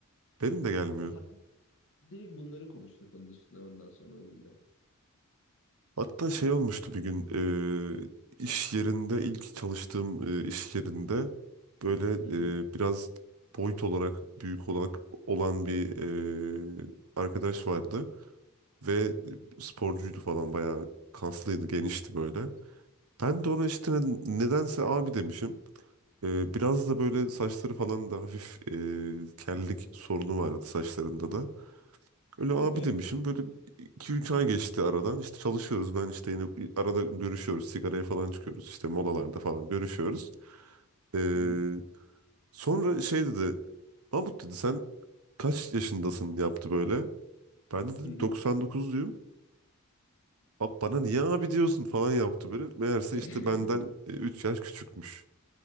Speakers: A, on the right; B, on the left.
A: Benim de gelmiyor.
B: Bu Direkt bunları konuştuk onun üstüne ondan sonra o günde.
A: Hatta şey olmuştu bir gün e, iş yerinde ilk çalıştığım e, iş yerinde böyle
B: Hı hı.
A: e, biraz boyut olarak büyük olarak olan bir e, arkadaş vardı. Ve
B: Hı hı.
A: e, sporcuydu falan bayağı kaslıydı, genişti böyle. Ben de ona işte ne- nedense abi demişim. Ee, biraz da böyle saçları falan da hafif e, kellik sorunu vardı saçlarında da. Öyle abi
B: <laughs>
A: demişim. Böyle 2-3 ay geçti aradan. İşte çalışıyoruz. Ben işte yine arada görüşüyoruz. Sigaraya falan çıkıyoruz. işte molalarda falan görüşüyoruz. Ee,
B: Hı hı.
A: sonra şey dedi. Mahmut dedi sen kaç yaşındasın yaptı böyle. Ben de dedim
B: Hı hı.
A: 99 diyor. Abi bana niye abi diyorsun falan yaptı böyle. Meğerse
B: <laughs>
A: işte benden e, 3 yaş küçükmüş.